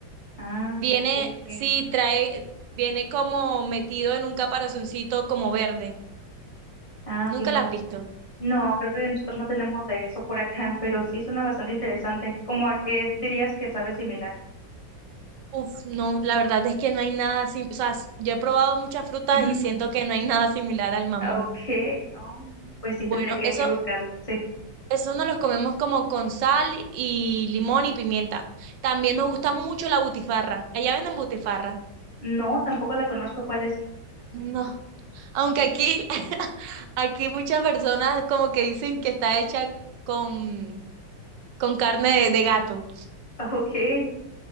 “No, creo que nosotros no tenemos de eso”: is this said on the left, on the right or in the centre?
Left